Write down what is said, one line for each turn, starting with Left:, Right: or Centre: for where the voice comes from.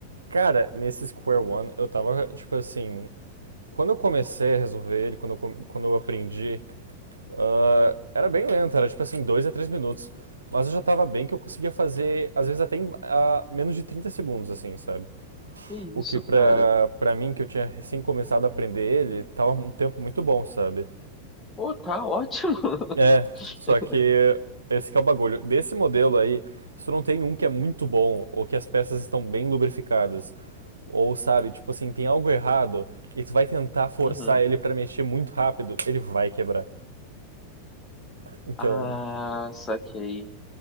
Right: Cara, nesse Square One, eu tava, tipo assim, Quando eu comecei a resolver ele, quando eu, quando eu aprendi, ah, era bem lento, era tipo assim, 2 a 3 minutos. Mas eu já tava bem que eu conseguia fazer, às vezes até em ah, menos de 30 segundos, assim, sabe?
Left: Que
Right: O
Left: isso,
Right: que pra,
Left: cara?
Right: pra mim, que eu tinha recém começado a aprender ele, tava um tempo muito bom, sabe?
Left: Pô, tá ótimo.
Right: É,
Left: <laughs>
Right: só que esse que é o bagulho. Desse modelo aí, se tu não tem um que é muito bom, ou que as peças estão bem lubrificadas, ou sabe, tipo assim, tem algo errado, e tu vai tentar forçar
Left: Uhum.
Right: ele pra mexer muito rápido, ele vai quebrar. Então,
Left: Ah, saquei.